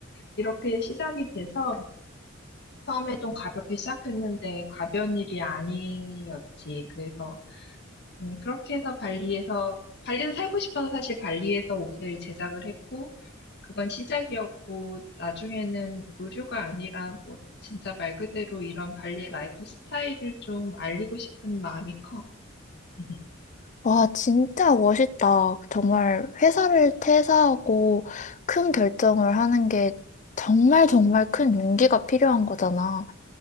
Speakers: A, on the left; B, on the left.
A: 이렇게 시작이 돼서 처음에 좀 가볍게 시작했는데 가벼운 일이 아니었지. 그래서 음, 그렇게 해서 발리에서 발리에서 살고 싶어서 사실 발리에서 옷을 제작을 했고 그건 시작이었고 나중에는 의류가 아니라 뭐 진짜 말 그대로 이런 발리 라이프 스타일을 좀 알리고 싶은 마음이 커. <laughs>
B: 와, 진짜 멋있다. 정말 회사를 퇴사하고 큰 결정을 하는 게 정말 정말 큰 용기가 필요한 거잖아.